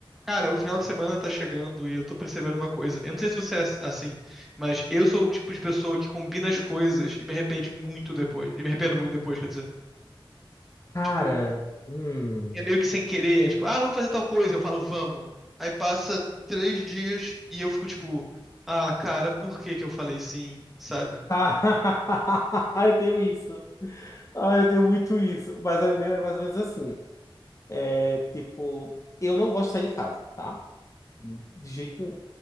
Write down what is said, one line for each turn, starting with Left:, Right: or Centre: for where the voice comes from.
Centre: Cara, o final de semana tá chegando e eu tô percebendo uma coisa. Eu não sei se você é ass- assim, mas eu sou o tipo de pessoa que combina as coisas e me arrepende muito depois. E me arrependo muito depois, quer dizer.
Left: Cara,
Centre: Tipo,
Left: hum.
Centre: é meio que sem querer. É tipo, ah, vamos fazer tal coisa. Eu falo, vamos. Aí passa três dias e eu fico tipo, ah, cara, por que que eu falei sim, sabe?
Left: Tá. <laughs> Eu tenho isso. Ah, eu tenho muito isso. Mas o meu é mais ou menos assim. É tipo, eu não gosto de sair de casa, tá? De jeito nenhum.